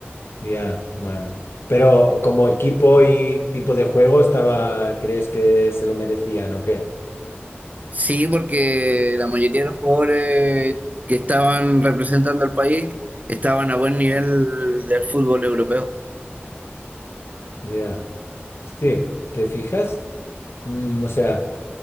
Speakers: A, on the left (about 70°); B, on the right (about 40°).
A: Ya, bueno, pero como equipo y tipo de juego estaba, ¿crees que se lo merecían o qué?
B: Sí, porque la mayoría de los jugadores que estaban representando al país estaban a buen nivel del fútbol europeo.
A: Ya, sí, ¿te fijas? Mm, o sea,